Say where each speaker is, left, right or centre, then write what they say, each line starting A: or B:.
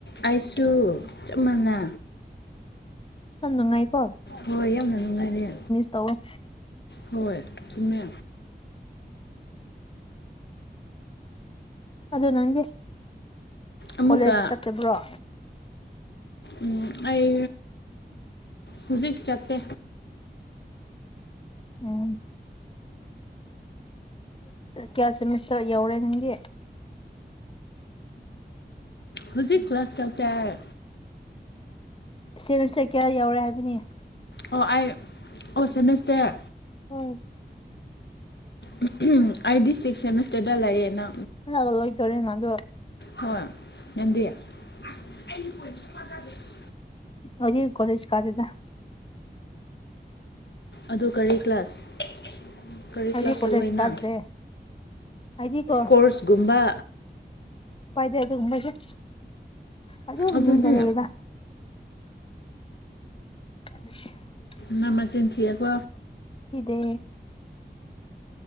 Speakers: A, on the left; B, on the left.
A: ꯑꯩꯁꯨ ꯆꯞ ꯃꯥꯟꯅ
B: ꯍꯣꯏ ꯅꯨꯉꯥꯏꯀꯣ
A: ꯍꯣꯏ ꯌꯥꯝꯅ ꯅꯨꯡꯉꯥꯏꯔꯦ
B: ꯇꯧ ꯑꯦ
A: ꯍꯣꯏ ꯆꯨꯝꯃꯦ
B: ꯑꯗꯨ ꯅꯪꯗꯤ
A: ꯑꯃꯨꯀ
B: ꯀꯣꯂꯦꯖ ꯆꯠꯇꯕ꯭ꯔꯣ
A: ꯎꯝ ꯑꯩ ꯍꯧꯖꯤꯛ ꯆꯠꯇꯦ
B: ꯎꯝ ꯀꯌꯥ ꯁꯦꯃꯤꯁꯇꯔ ꯌꯧꯔꯦ ꯅꯪꯒꯤ꯫
A: ꯍꯧꯖꯤꯛ ꯀ꯭ꯂꯥꯁ ꯇꯧꯇꯥꯔꯦ
B: ꯁꯦꯃꯤꯁꯇꯔ ꯀꯌꯥ ꯌꯥꯎꯔꯦ ꯍꯥꯏꯕꯅꯤꯌꯦ꯫
A: ꯑꯣ ꯑꯩ ꯑꯣ ꯁꯦꯃꯦꯁꯇꯔ
B: ꯎꯝ
A: ꯎ ꯑꯩꯗꯤ ꯁꯤꯛꯁ ꯁꯦꯃꯤꯁꯇꯔꯗ ꯂꯩꯌꯦꯅ꯫
B: ꯍꯣꯏ <unintelligible> ꯅꯪ ꯑꯗꯨ
A: ꯍꯣꯏ ꯅꯪꯗꯤ꯫ <unintelligible> <unintelligible>
B: ꯑꯩꯗꯤ ꯀꯣꯂꯦꯁ ꯀꯥꯗꯦꯗ
A: ꯑꯗꯨ ꯀꯔꯤ ꯀ꯭ꯂꯥꯁ ꯀꯔꯤ
B: ꯑꯩꯗꯤ
A: ꯀ꯭ꯂꯥꯁ
B: ꯀꯣꯂꯦꯖ
A: ꯇ ꯍꯥꯏꯅ
B: ꯀꯥꯗ꯭ꯔꯦ ꯑꯩꯗꯤꯀꯣ
A: ꯀꯣꯔꯁꯀꯨꯝꯕ
B: ꯀꯗꯦ <unintelligible> ꯑꯗꯨ ꯃꯤꯉꯣꯟꯗ
A: ꯑꯗꯨꯗꯤ
B: ꯂꯩꯌꯦꯗ <unintelligible>
A: ꯃ ꯃꯆꯤꯟꯊꯤꯌꯦꯀꯣ
B: ꯏꯗꯦ